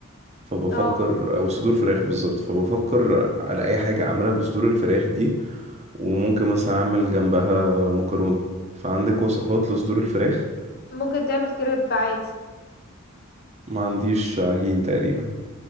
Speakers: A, on the right (about 30°); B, on the left (about 45°).
A: فبفكر
B: اه
A: او صدور فراخ بالظبط فبفكر على اي حاجه اعملها بصدور الفراخ دي وممكن مثلا اعمل جنبها مكرونه فعندك وصفات لصدور الفراخ
B: ممكن تعمل كريب عادي
A: ما عنديش عجين تقريبا